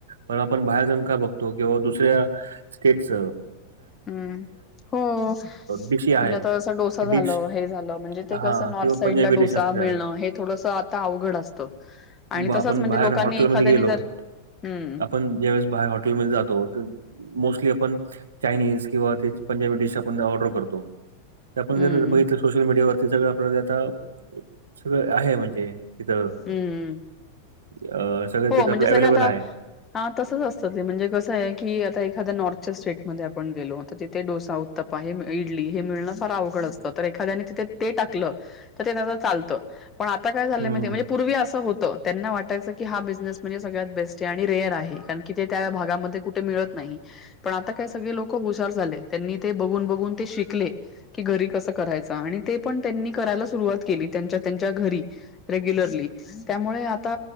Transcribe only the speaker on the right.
पण आपण बाहेर जाऊन काय बघतो? किंवा दुसऱ्या स्टेटच
डिशी आहेत,
डिश
हां
किंवा
पंजाबी डिश
असल्या,
बा-
आपण
बाहेर
हॉटेलमध्ये
गेलो
आपण ज्यावेेळेस बाहेर हॉटेलमध्ये जातो, तर मोस्टली आपण चायनीज किंवा ते पंजाबी डिश आपण ऑर्डर करतो. ते आपण
जर बघितलं सोशल मीडिया वरती सगळं आपल्या आता सगळं आहे म्हणजे हे तिथ
अ सगळं
तिथं
आपलं
अवेलेबल
आहे.
हं,